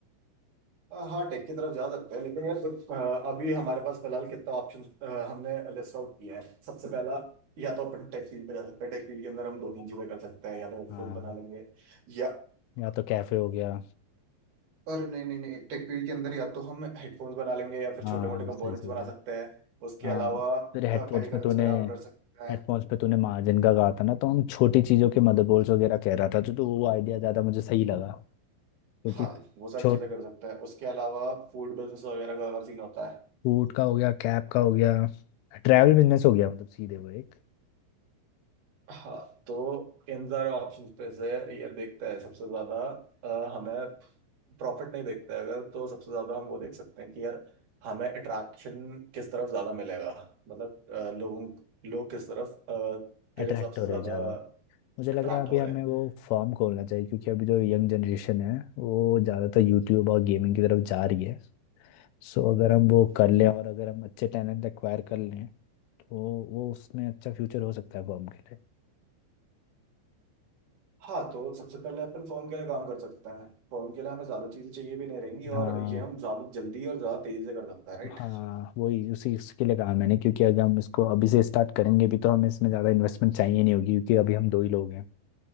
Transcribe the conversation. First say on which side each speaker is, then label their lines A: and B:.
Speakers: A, on the right (about 45°); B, on the left (about 85°).
A: अ, हाँ टेक की तरफ जा सकते हैं लेकिन यार जो, अ, अभी हमारे पास फिलहाल कितना ऑप्शन हमने लिस्ट आउट किए हैं सबसे पहला या तो अपन टेक फील्ड पे जा सकते हैं टेक फील्ड के अंदर हम दो तीन चीजें कर सकते हैं या तो हेडफोन
B: हाँ
A: बना लेंगे या
B: या तो कैफे हो गया
A: और नहीं नहीं नहीं टेक फील्ड के अंदर या तो हम हेडफोन्स बना लेंगे या फिर
B: हाँ
A: छोटे मोटे कंपोनेंट्स
B: सही सही
A: बना
B: है
A: सकते हैं उसके
B: हाँ
A: अलावा
B: फिर हेडफोन्स
A: पेरिफेरल्स
B: में तूने
A: पे काम कर सकते हैं
B: हेडफोन्स पे तूने मार्जिन का कहा था ना तो हम छोटी चीज़ों के मदरबोर्ड्स वगैरह कह रहा था जो तो वो आइडिया ज़्यादा मुझे सही लगा क्योंकि
A: हाँ वो सारी
B: छोट
A: चीजें कर सकते हैं उसके अलावा फूड बिजनेस वगैरह का अगर सीन होता है
B: फूड का हो गया कैब का हो गया ट्रैवल बिजनेस हो गया मतलब सीधे वो एक
A: हाँ तो इन सारे ऑप्शन पे से ये देखता है सबसे ज्यादा अ, हमें प्रॉफिट नहीं देखता है अगर तो सबसे ज्यादा हम वो देख सकते हैं कि यार हमें अट्रैक्शन किस तरफ ज्यादा मिलेगा मतलब अ, लोगों लोग किस तरफ अ, तेरे
B: अट्रैक्ट
A: हिसाब से
B: <clears throat> हो रहे
A: ज्यादा
B: ज़्यादा <coughs> मुझे लग
A: अट्रैक्ट
B: रहा है अभी
A: हो
B: हमें
A: रहे हैं
B: वो फॉर्म खोलना चाहिए क्योंकि अभी जो यंग जनरेशन है वो ज़्यादातर यूट्यूब और गेमिंग की तरफ जा रही है सो
A: हम्म।
B: अगर हम वो कर लें और अगर हम अच्छे टैलेंट एक्वायर कर लें तो वो उसमें अच्छा फ्यूचर हो सकता है फॉर्म के लिए
A: हाँ तो सबसे पहले अपन फोन के लिए काम कर सकते हैं फोन के लिए हमें ज्यादा चीजें चाहिए भी नहीं रहेंगी
B: हाँ
A: और ये हम ज्यादा जल्दी और ज्यादा तेजी से कर सकते हैं राइट
B: हाँ वही उसी उसके लिए कहा मैंने क्योंकि अगर हम इसको अभी से स्टार्ट करेंगे भी तो हमें इसमें ज़्यादा इन्वेस्टमेंट चाहिए नहीं होगी क्योंकि अभी हम दो ही लोग हैं